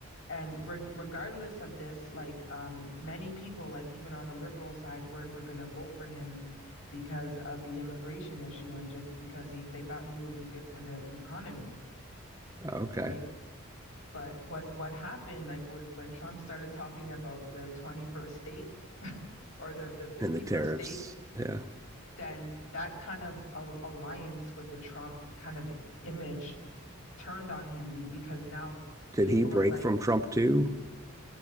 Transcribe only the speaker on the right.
Okay.
And the tariffs.
Yeah.
Did
he break
from Trump too?